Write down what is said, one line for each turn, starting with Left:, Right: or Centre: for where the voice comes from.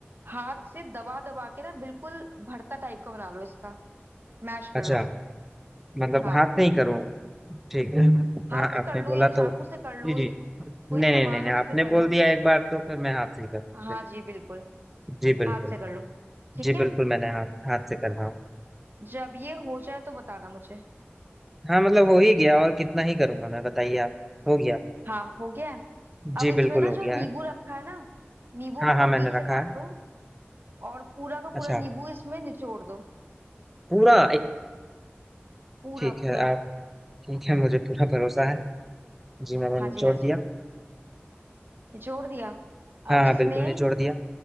Right: हाथ से दबा दबा के ना बिल्कुल भरता टाइप का बना लो इसका मैश
Centre: अच्छा
Right: कर लो
Centre: मतलब
Right: हाँ
Centre: हाथ नहीं करो ठीक है
Right: हाथ
Centre: हाँ
Right: से
Centre: आपने
Right: कर
Centre: बोला
Right: लो या चाकू
Centre: तो
Right: से कर
Centre: जी
Right: लो
Centre: जी
Right: ये- कोई
Centre: नहीं
Right: सामान
Centre: नहीं नहीं नहीं
Right: हो
Centre: आपने
Right: उससे कर
Centre: बोल
Right: लो
Centre: दिया एक बार तो फिर मैं हाथ से ही कर चलिए
Right: हाँ जी बिल्कुल
Centre: जी बिल्कुल
Right: हाथ से कर लो ठीक
Centre: जी
Right: है
Centre: बिल्कुल मैंने हाथ हाथ से कर रहा हूँ
Right: जब ये हो जाए तो बताना मुझे
Centre: हाँ मतलब हो ही गया और कितना ही करूंगा मैं बताइए आप हो गया
Right: हाँ हो गया है अब
Centre: जी
Right: इसमें
Centre: बिल्कुल
Right: ना
Centre: हो
Right: जो
Centre: गया
Right: नींबू
Centre: है
Right: रखा है ना नींबू
Centre: हाँ हाँ
Right: को
Centre: मैंने
Right: बीच
Centre: रखा
Right: से काटो
Centre: है
Right: और पूरा का
Centre: अच्छा
Right: पूरा नींबू इसमें निचोड़ दो
Centre: पूरा एक
Right: पूरा
Centre: ठीक है
Right: पूरा
Centre: आप ठीक है मुझे पूरा भरोसा है जी मैंने
Right: हाँ
Centre: निचोड़
Right: जी हाँ जी
Centre: दिया
Right: निचोड़ दिया
Centre: हाँ
Right: अब
Centre: हाँ
Right: इसमें
Centre: बिल्कुल निचोड़ दिया